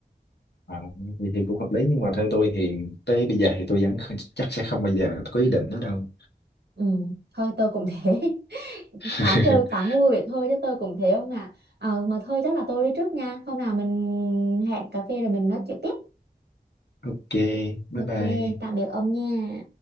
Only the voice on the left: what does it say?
À, vậy thì cũng hợp lý nhưng mà theo tôi thì tới bây giờ thì tôi vẫn <laughs> chắc sẽ không bao giờ tôi có ý định đó đâu.
<laughs>
Ok, bye
bye.